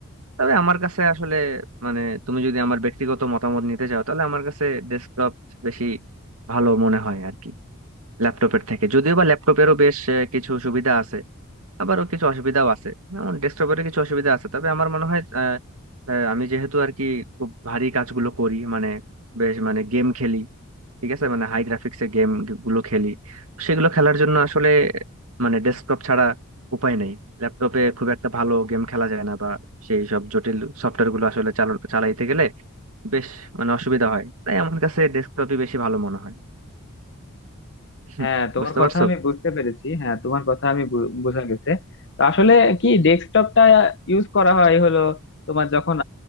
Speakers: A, on the right (about 80°); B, on the left (about 55°).
A: তবে আমার কাছে আসলে মানে তুমি যদি আমার ব্যক্তিগত মতামত নিতে চাও তাহলে আমার কাছে ডেস্কটপ বেশি ভালো মনে হয় আর কি ল্যাপটপের থেকে যদিও বা ল্যাপটপেরও বেশ আহ, কিছু সুবিধা আছে আবারও কিছু অসুবিধাও আছে যেমন ডেস্কটপের কিছু অসুবিধা আছে তবে আমার মনে হয় আহ, আহ, আমি যেহেতু আর কি খুব ভারী কাজগুলো করি মানে বেশ মানে গেম খেলি ঠিক আছে মানে হাই গ্রাফিক্সের গেম গুলো খেলি সেগুলো খেলার জন্য আসলে মানে ডেস্কটপ ছাড়া উপায় নেই ল্যাপটপে খুব একটা ভালো গেম খেলা যায় না বা সেই সব জটিল সফটওয়্যার গুলো আসলে চাল- চালাইতে গেলে বেশ মানে অসুবিধা হয় তাই আমার কাছে ডেস্কটপই বেশি ভালো মনে হয় <laughs>
B: হ্যাঁ তোমার
A: বুঝতে
B: কথা
A: পারছো
B: আমি বুঝতে পেরেছি হ্যাঁ তোমার কথা আমি বু- বোঝা গেছে তো আসলে কি ডেস্কটপটা ইউজ করা হয় হলো তোমার যখন